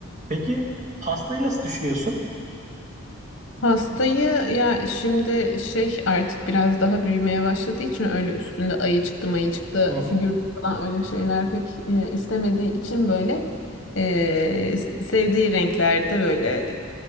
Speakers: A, on the right (about 35°); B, on the left (about 55°).
A: Peki pastayı nasıl düşünüyorsun?
B: Pastayı ya şimdi şey artık biraz daha büyümeye başladığı için öyle üstünde ayıcıklı mayıcıklı
A: Hı hı.
B: figür falan öyle şeyler pek e, istemediği için böyle e, sevdiği renklerde böyle